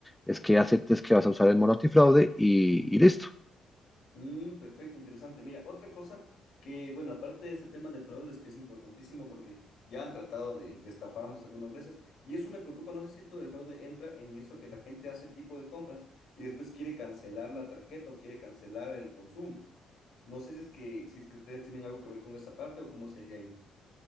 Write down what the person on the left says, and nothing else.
Mm, perfecto, interesante. Mira, otra cosa que, bueno, aparte de este tema de fraudes, que es importantísimo porque ya han tratado de, de estafarnos algunas veces, y eso me preocupa, no sé si esto del fraude entra en eso que la gente hace tipo de compras y después quiere cancelar la tarjeta o quiere cancelar el consumo. No sé si es que, si es que ustedes tienen algo que ver con esa parte o cómo sería ahí.